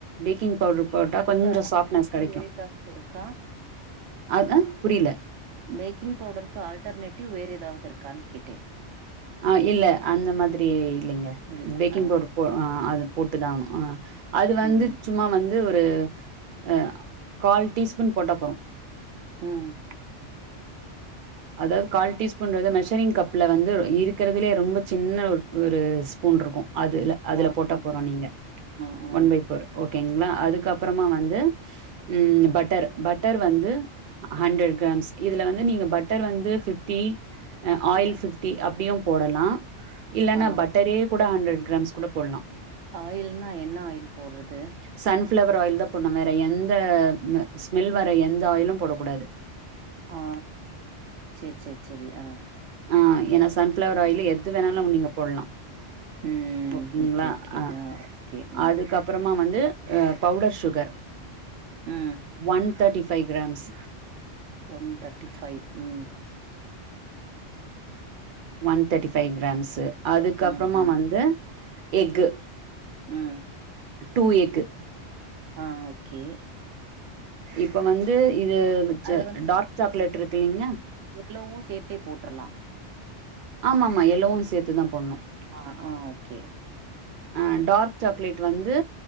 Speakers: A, on the right (about 55°); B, on the right (about 85°).
A: பேக்கிங் பவுடர் போட்டா
B: அதுக்கு
A: கொஞ்ச
B: ஆல்டர்நேட்டிவ்
A: சாஃப்ட்னஸ் கெடைக்கு
B: வேற ஏதாவது இருக்கா
A: அத் ஆ புரியல
B: பேக்கிங் பவுடருக்கு ஆல்டர்னேட்டிவ் வேற எதாவது இருக்கான்னு கேட்டே
A: ஆ இல்ல அந்த மாதிரி இல்லிங்க
B: இல்ல
A: பேக்கிங்
B: ஆ
A: பவுடர் போ ஆ அது போட்டுதா ஆவணு ஆ அது வந்து
B: ம்
A: சும்மா வந் து ஒரு ஆ கால் டீஸ்பூன் போட்டா போறு
B: ம்
A: அதாது கால் டீஸ்பூன்றது மெஷரிங் கப்ல வந்து இருக்கிறதுலயே ரொம்ப சின்ன ஒரு ஒரு ஸ்பூன் இருக்கு அதுல அதுல
B: ஆ
A: போட்டா
B: ஆ
A: போறு நீங்க
B: ஆ ஆ
A: ஒன் பை ஃபோர் ஓகேங்களா அதுக்கப்புறமா வந்து ம் பட்டர் பட்டர் வந்து ஹண்ட்ரட் கிராம்ஸ் இதுல வந்து நீங்க பட் டர் வந்து ஃபிஃப்டி ஆ ஆயில் ஃபிஃப்டி அப்படியும் போடலா இல்லைன்னா
B: ஆ
A: பட்டரே கூட ஹண்ட்ரட் கிராம்ஸ் கூட போடலா
B: ஆயில்னா என்ன ஆயில் போடுறது
A: சன்ஃப்ளவர் ஆயில் தா போண்ணு வேற எந்த ஸ்மெல் வேர எந்த ஆயிலு போடக் கூடாது
B: அ சேரி சேரி சேரி அ
A: அ ஏன்னா சன்ஃபிளவர் ஆயில் எது வேணாலு நீங்க போடலா
B: ம்
A: ஓகேங்களா
B: ஓகே ஓகே
A: அ
B: ஆ ஓகே ம்
A: அதுக்கப்பறமா வந்து அ பவுடர் சுகர்
B: ம்
A: one thirty five grams
B: one thirty five ம்
A: ஒன் தேட்டி ஃபைவ் கிராம்ஸு அதுக்கப்பறமா
B: ம் ம்
A: வந்து எக்கு
B: ம்
A: டூ எக்
B: அ ஓகே
A: இப்ப வந்து இது
B: அதுல
A: டார் சாக்லேட் இருக்குல்லீங்க
B: எல்லோவு சேர்த்தே போட்டுரலா
A: ஆமாமாமா எல்லோவு சேத்துதா போடணு
B: ஆ ஆ ஓகே
A: அ டார்க் சாக்லேட் வந்து